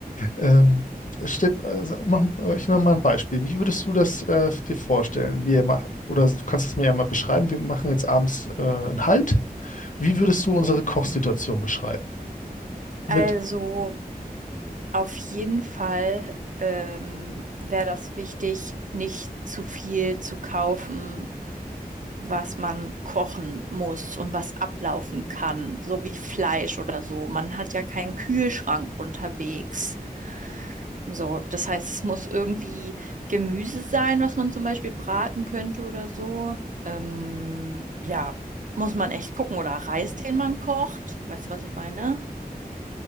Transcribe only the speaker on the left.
Ähm, Stepp, äh, mach, äh, ich mache mal ein Beispiel. Wie würdest du das äh, dir vorstellen? Wir mach, oder du kannst es mir ja mal beschreiben. Wir machen jetzt abends äh, einen Halt Wie würdest du unsere Kochsituation
beschreiben? Mit,